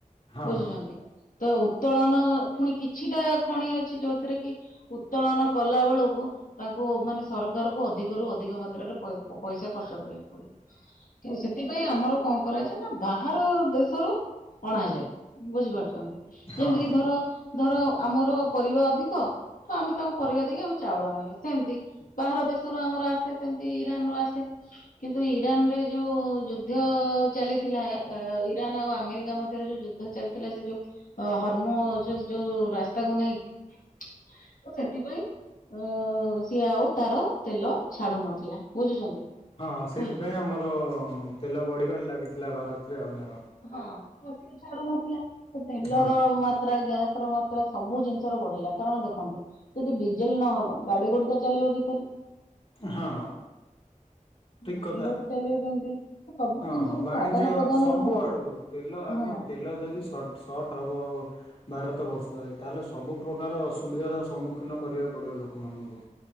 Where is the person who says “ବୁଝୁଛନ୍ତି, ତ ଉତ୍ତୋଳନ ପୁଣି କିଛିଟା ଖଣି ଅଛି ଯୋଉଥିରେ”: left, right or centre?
Left